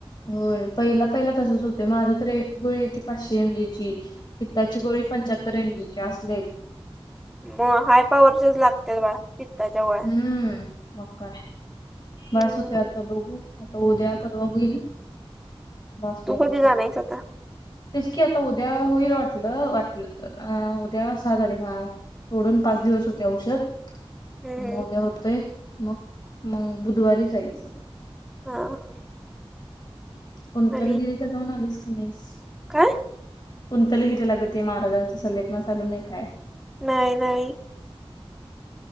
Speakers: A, on the left; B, in the centre.
A: होय पहिला पहिला तसच होतं माझ तर एक गोळी ती पाचशे एम जीची. पित्ताची गोळी पंच्याहत्तर एम, जी ची असली आहेत
B: म हाय पॉवरचेच लागते बा पित्ताच्या गो
A: हम्म, मग काय,
B: हम्म.
A: भास होतय आता बघू आता उद्या परवा होईल. बास
B: तू
A: व्हायलय
B: कधी
A: सगळं.
B: जाणार हाईस आता?
A: तेच की आता उद्या होईल वाटलं, वाटलं तर अ उद्या सहा तारीख हा सोडून पाच दिवस होतय औषध
B: हम्म.
A: म उद्या होतय मग, मग बुधवारी जायचं
B: हा हा
A: कुंतलगिरी
B: आणि
A: ला जाऊन आलीस का नाहीस?
B: काय?
A: कुंतलगिरीला गं ते महाराजांचा सल्ले मसाला नाही काय.
B: नाही नाही